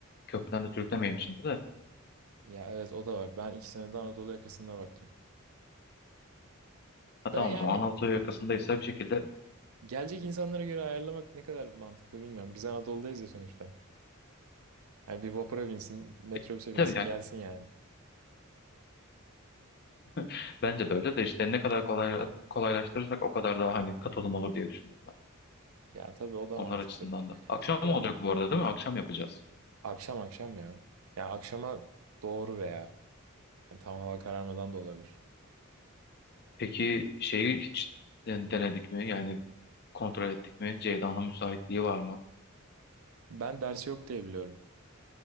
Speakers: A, on the left; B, on the right.
A: köprüden de sürüklemeyelim şimdi de.
B: Ya evet o da var. Ben ikisine de Anadolu yakasında baktım.
A: Ha
B: Da
A: tamam
B: yani
A: o zaman Anadolu yakasındaysa bir şekilde
B: gelecek insanlara göre ayarlamak ne kadar mantıklı bilmiyorum. Biz Anadolu'dayız ya sonuçta. Yani bir vapura binsin, metrobüse
A: e, tabii
B: binsin
A: yani
B: gelsin yani.
A: <laughs> bence de öyle de işte ne kadar kolay, kolaylaştırırsak o kadar daha hani katılım olur diye düşündüm ben.
B: Ya tabii o da
A: Onlar
B: mantıklı.
A: açısından da. Akşam
B: Bilmiyorum
A: olacak bu arada değil mi? Akşam yapacağız.
B: akşam akşam ya. Ya akşama doğru veya yani tam hava kararmadan da olabilir.
A: Peki şeyi hiç den- denedik mi? Yani kontrol ettik mi? Ceyda'nın müsaitliği var mı?
B: Ben dersi yok diye biliyorum.